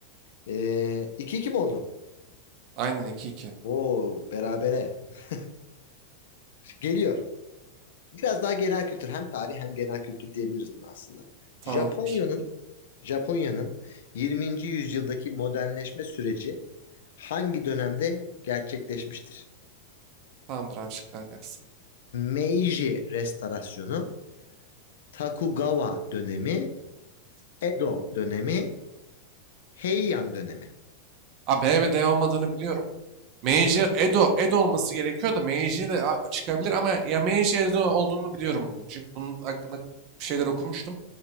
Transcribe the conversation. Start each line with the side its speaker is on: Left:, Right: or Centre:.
Left: Ee, iki 2 mi oldu?
Right: Aynen iki iki.
Left: Oo berabere. <laughs> Geliyor. Biraz daha genel kültür hem tarih hem genel kültür diyebiliriz buna aslında.
Right: Tamamdır.
Left: Japonya'nın Japonya'nın 20. yüzyıldaki modernleşme süreci hangi dönemde gerçekleşmiştir?
Right: Tamamdır abi şıklar gelsin.
Left: Meiji Restorasyonu, Tokugawa dönemi, Edo dönemi, Heian dönemi.
Right: A, B ve D olmadığını biliyorum. Meiji Edo, Edo olması gerekiyor da Meiji de a- çıkabilir ama ya Meiji Edo olduğunu biliyorum bunun. Çünkü bunun hakkında bir şeyler okumuştum.